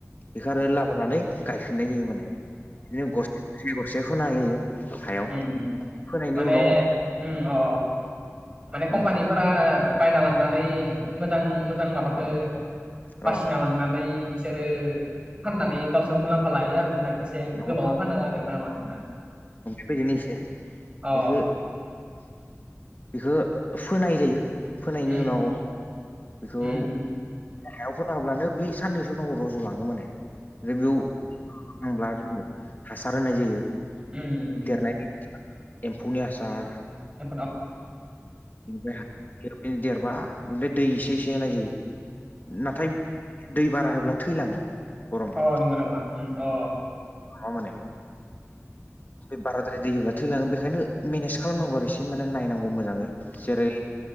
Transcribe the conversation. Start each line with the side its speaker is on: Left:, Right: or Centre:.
Left: बेखौ आरो लाबोनानै गायफिननाय जायो माने बिदिनो गरसे ग गरसे फोना होयो। हायाव
Right: उम
Left: फोनायनि
Right: माने
Left: उनाव
Right: उम अ। माने
Left: अ
Right: कम्पानिफोरा
Left: नोंथां
Right: बायना लांनानै मोजां मोजां माबाखौ बासिना
Left: अ
Right: लांनानै बिसोरो फाननानै गावसोर मुलाम्फा लायो आरो नोंथां इसोर ए
Left: नंगौ
Right: गोबाङाव फानो आरो ना मा नोंथां
Left: फैगोन एसे
Right: अ
Left: बेखौ बेखौ फोनाय जायो फोनायनि
Right: उ
Left: उनाव बेखौ
Right: उ
Left: हायाव फोना होब्लानो बे साननैसो उनाव रज' लाङो माने ओमफ्राय बेयाव नांब्ला बेयाव हासार होनाय जायो
Right: उम उम उम
Left: देरनाय एम्फौनि आसार
Right: अ
Left: ओमफ्राय जेखुनो देरबा ओमफ्राय दै एसे एसे होनाय जायो नाथाय दै बारा होब्ला थैलाङो गरमा
Right: अ नंगौ नामा अ
Left: नङा माने बे बाराद्राय दै होयोब्ला थैलाङो बेखायनो मेनेज खालामनांगौ आरो एसे माने नायनांगौ मोजाङै जेरै